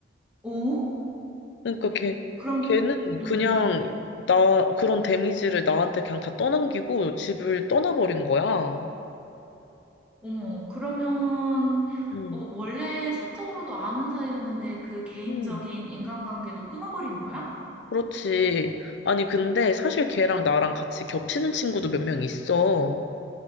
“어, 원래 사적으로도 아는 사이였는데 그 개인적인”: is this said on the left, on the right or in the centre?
Centre